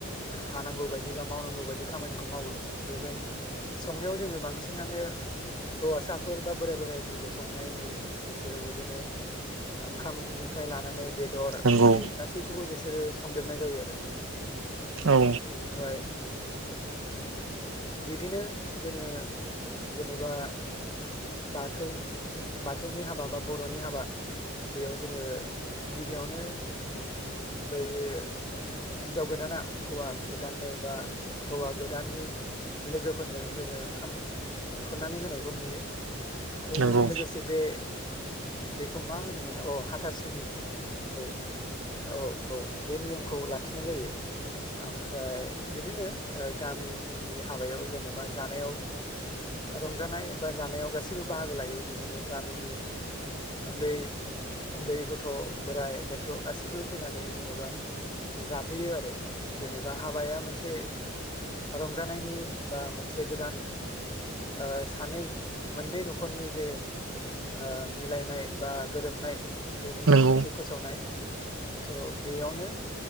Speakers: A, on the left (about 20°); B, on the right (about 85°).
A: आं हानांगौ बायदि बा मावनांगौ बायदि खामानिखौ मावो बेजों संनायाव जोङो बांसिनानो हौवासाफोर बा बोराइ बोराइफोरखौ संनाय नुयो बिसोरो बिदिनो ओंखामनिफ्राय लानानै बेदर
B: नंगौ
A: ओंख्रि
B: नंगौ
A: गासैखौबो बेसोर बिसोरो संजोबनाय जायो आरो
B: औ
A: ओमफ्राय बिदिनो जोङो जेनेबा बाथौ बाथौनि हाबा बा बर'नि हाबा बेयाव जोङो गिबियावनो बैयो हिन्जाव गोदाना हौवा गोदाननो बा हौवा गोदाननि लोगोफोरनो जोङो ओंखाम खुरनानै होनायखौ नुयो आरो
B: नंगौ
A: बेजों लोगोसे बे बेखौ मा होनोमोना अ हाथासुनि औ औ औ औ बे नियमखौ लाखिनाय जायो ओमफ्राय बिदिनो ओ गामिनि हाबायाव जेनेबा जानायाव रंजानाय बा जानायाव गा सिबो बाहागो लायो बिदिनो गामिनि उन्दै उन्दै गथ' बोराइ बेन्थ' गासिबो फैनानै जेनेबा जाफैयो आरो जेनेबा हाबाया मोनसे रंजानायनि बा मोनसे गोदान ओ सानै मोननै न'खरनि जे आ मिलायनाय बा गोरोबनाय बेनि
B: नंगौ
A: मोनसे फोसावनाय। स' बेयावनो